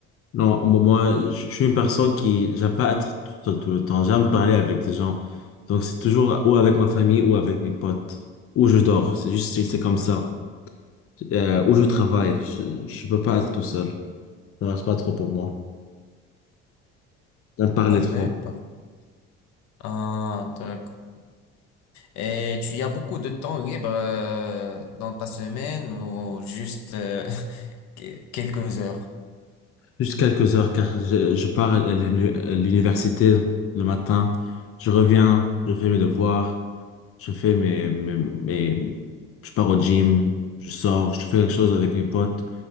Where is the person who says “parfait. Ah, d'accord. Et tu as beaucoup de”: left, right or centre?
Left